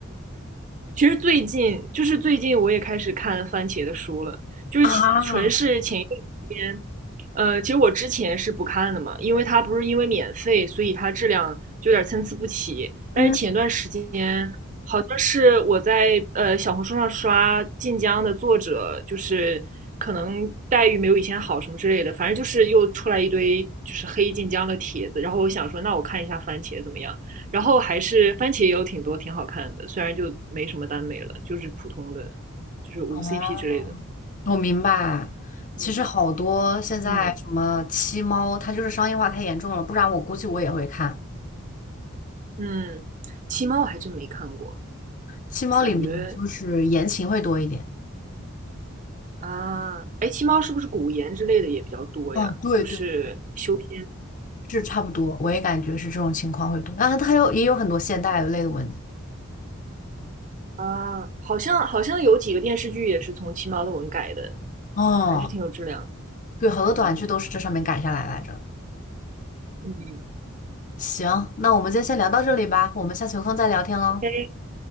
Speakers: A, on the right (about 35°); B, on the left (about 40°).
A: 其实最近就是最近我也开始看番茄的书了，就是其纯是前一段时间，
B: 啊。
A: 呃，其实我之前是不看的嘛，因为它不是因为免费，所以它质量就有点参差不齐。但是前段时间好像是我在呃小红书上刷晋江的作者，
B: 嗯，
A: 就是可能待遇没有以前好什么之类的，反正就是又出来一堆就是黑晋江的帖子，然后我想说那我看一下番茄怎么样。然后还是番茄也有挺多挺好看的，虽然就没什么耽美了，就是普通的，就是无
B: 哦，
A: CP 之类的。
B: 我明白。其实好多现在什么七猫，
A: 嗯嗯
B: 它就是商业化太严重了，不然我估计我也会看。
A: 嗯，七猫我还真没看过，
B: 七猫里面就是言情会多一点。
A: 感觉啊，哎，七猫是不是古言之类的也比较多呀？
B: 嗯，对对
A: 就是修仙
B: 是差不多，我也感觉是这种情况会多。啊，它有也有很多现代类的文，
A: 啊，好像好像有几个电视剧也是从七猫的文改的，
B: 哦，
A: 还是挺有质量的。
B: 对，好多短剧都是这上面改下来来着。
A: 嗯嗯，
B: 行，那我们就先聊到这里吧，我们下次有空再聊天喽，
A: 哎，